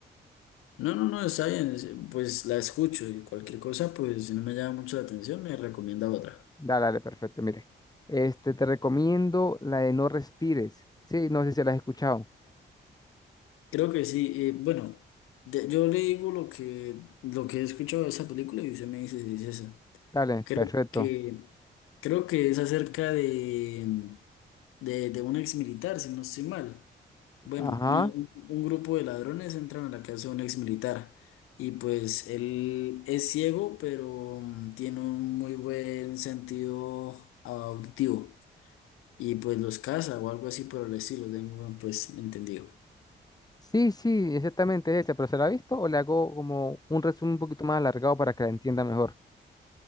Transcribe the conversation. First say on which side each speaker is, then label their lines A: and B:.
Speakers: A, on the left; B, on the left.
A: No, no, no, está bien, es- pues la escucho y cualquier cosa, pues si no me llama mucho la atención, me recomienda otra.
B: Dale, dale, perfecto. Mire, este, te recomiendo la de No Respires. Sí, no sé si la has escuchado.
A: Creo que sí, eh, bueno, de- yo le digo lo que, lo que he escuchado de esa película y usted me dice si es esa.
B: Dale,
A: Creo
B: perfecto.
A: que, creo que es acerca de, de, de un ex militar, si no estoy mal. Bueno,
B: Ajá.
A: una- un grupo de ladrones entran a la casa de un ex militar y pues él es ciego, pero mm, tiene un muy buen sentido auditivo y pues los caza o algo así por el estilo, tengo pues entendido.
B: Sí, sí, exactamente es esa, pero ¿se la ha visto o le hago como un resumen un poquito más alargado para que la entienda mejor?